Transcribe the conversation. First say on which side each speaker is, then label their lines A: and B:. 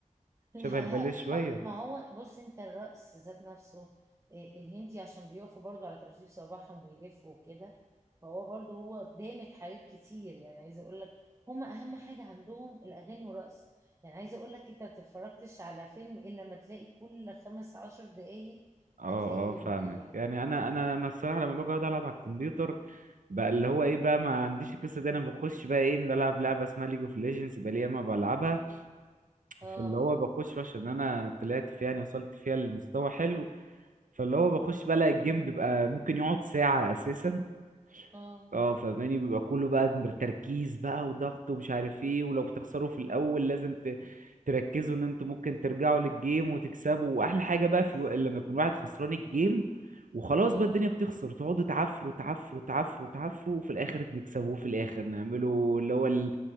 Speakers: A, on the right (about 20°); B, on the right (about 85°).
A: <laughs> لا
B: شبه
A: لا
B: الباليه شويه
A: اه ما هو بص انت الرقص ذات نفسه إيه، الهندي عشان بيقفوا برضو على طراطيف صباعهم ويلفوا وكده فهو برضو هو دامت حاجات كتير يعني عايزه اقول لك هما اهم حاجه عندهم الاغاني والرقص يعني عايزه اقول لك انت ما تتفرجتش على فيلم الا لما تلاقي كل خمس عشر دقايق
B: اه
A: هتلاقي اغنيه
B: اه فاهمك يعني انا انا انا الصراحه لما باجي اقعد العب على الكمبيوتر بقى اللي هو
A: مم.
B: ايه بقى ما عنديش القصه دي انا بخش بقى ايه بلعب لعبه اسمها ليج اوف ليجندز بقى لي ياما بلعبها
A: اه
B: فاللي هو بخش عشان انا طلعت فيها يعني وصلت فيها لمستوى حلو فاللي هو بخش بقى الاقي الجيم بيبقى ممكن يقعد ساعه اساسا
A: اه
B: اه فاهماني بيبقى كله بقى تركيز بقى وضغط ومش عارف ايه ولو بتخسروا في الاول لازم ت... تركزوا ان انتوا ممكن ترجعوا للجيم وتكسبوا واحلى حاجه بقى
A: بس
B: في الو... لما يكون واحد خسران الجيم وخلاص
A: اه
B: بقى الدنيا بتخسر تقعدوا تعفروا تعفروا تعفروا تعفروا وفي الاخر نكسبوه في الاخر نعملوا اللي هو ال...